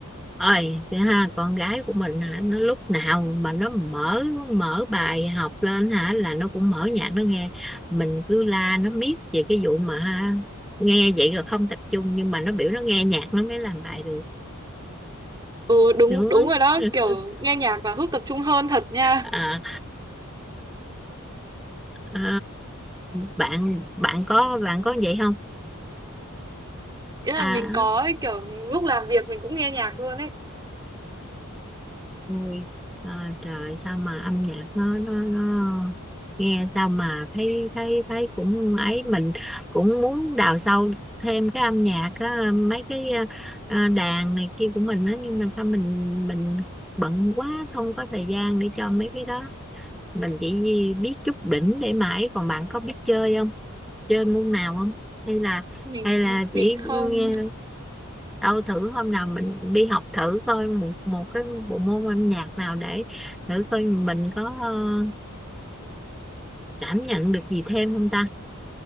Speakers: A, in the centre; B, on the right.
A: Ôi, thế ha, con gái của mình hả, nó lúc nào mà nó mở mở bài học lên hả là nó cũng mở nhạc nó nghe. Mình cứ la nó miết về cái vụ mà ha, nghe vậy rồi không tập trung nhưng mà nó biểu nó nghe nhạc nó mới làm bài được.
B: Ừ đúng
A: Đúng.
B: đúng rồi đó,
A: <laughs>
B: kiểu nghe nhạc là giúp tập trung hơn thật nha.
A: À, à, bạn bạn có bạn có vậy không?
B: Ý là
A: À,
B: mình có ấy, kiểu lúc làm việc mình cũng nghe nhạc luôn đấy.
A: Ôi à, trời sao mà âm nhạc nó nó nó nghe sao mà thấy thấy thấy cũng ấy mình cũng muốn đào sâu thêm cái âm nhạc á, mấy cái à, đàn này kia của mình á nhưng mà sao mình mình bận quá không có thời gian để cho mấy cái đó mình chỉ biết chút đỉnh để mà ấy còn bạn có biết chơi không chơi môn nào không hay là
B: Mình
A: hay là
B: mình
A: chỉ
B: không,
A: nghe đâu thử hôm nào mình đi học thử coi một một cái bộ môn âm nhạc nào để thử coi mình có ờ, cảm nhận được gì thêm không ta